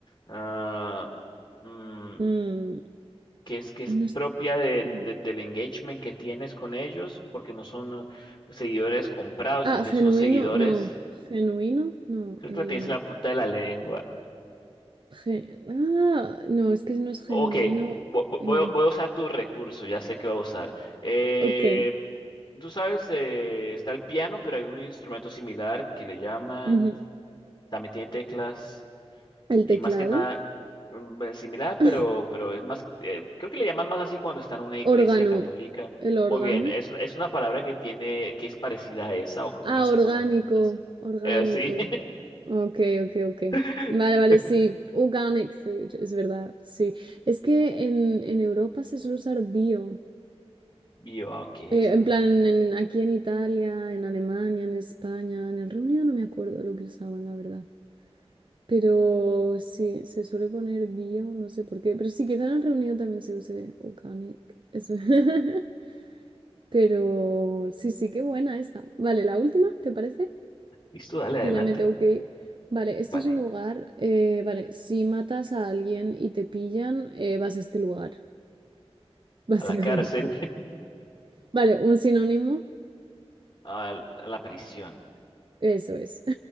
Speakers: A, on the left (about 40°); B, on the right (about 50°).
A: ah, mm,
B: mm,
A: que es, que es
B: no es-
A: propia de,
B: mm.
A: de- del engagement que tienes con ellos, porque no son eh, seguidores comprados,
B: Ah,
A: sino que
B: genuino,
A: son seguidores.
B: no. Genuino, no.
A: Creo
B: eh,
A: que la tienes en la punta de la lengua.
B: Ge- ah, no, es que no es genuino.
A: Ok, vo- vo-
B: em,
A: voy, a voy a usar tu recurso, ya sé que voy a usar. Eh,
B: ok.
A: tú sabes, eh, está el piano, pero hay un instrumento similar que le llaman,
B: ujú.
A: también tiene teclas
B: El
A: y
B: teclado.
A: más que nada mm, es similar,
B: <laughs>
A: pero, pero es más, eh, creo que le llaman más así cuando está en una iglesia
B: Órgano.
A: católica.
B: El órgano.
A: Muy bien, es, es una palabra que tiene, que es parecida a esa o comienza
B: Ah, orgánico.
A: con las mismas.
B: Orgánico.
A: Eh, sí.
B: Ok, ok, ok.
A: <laughs>
B: Vale, vale, sí. Organic food, es verdad. Sí. Es que en, en Europa se suele usar bio.
A: Bio, ah, ok,
B: Eh,
A: suena
B: en plan,
A: bien.
B: en- en- aquí en Italia, en Alemania, en España, en el Reino Unido no me acuerdo lo que usaban, la verdad. Pero sí, se suele poner bio, no sé por qué. Pero sí, quizá en el reunido también se use organic. Es ver- <laughs> Pero sí, sí, qué buena esta. Vale, la última, ¿te parece?
A: Listo, dale adelante.
B: Que ya me tengo que ir. Vale, este
A: Vale,
B: es un lugar. eh, vale, si matas a alguien y te pillan, eh, vas a este lugar, <laughs> básicamente.
A: a la cárcel.
B: Vale, un sinónimo,
A: a la prisión.
B: eso es.